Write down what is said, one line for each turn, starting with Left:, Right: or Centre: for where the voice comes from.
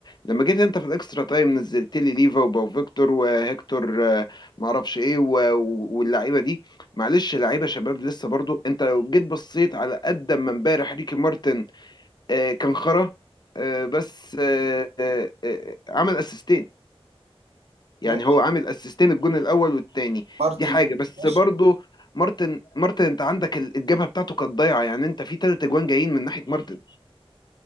Left: لما جيت انت في الاكسترا تايم نزلت لي ليفا وباو فيكتور وهيكتور آه، معرفش ايه و- و- واللعيبه دي معلش لعيبه شباب لسه برضو انت لو جيت بصيت على قد ما امبارح ريكي مارتن آه، كان خرا آه، بس آه، آه، آه، عمل اسيستين
Right: ماشي
Left: يعني هو عامل اسيستين الجون الاول والتاني
Right: مارتن
Left: دي حاجه بس
Right: ماشي
Left: برضه مارتن مارتن انت عندك ال- الجبهه بتاعته كانت ضايعه يعني انت في تلات اجوان جايين من ناحيه مارتن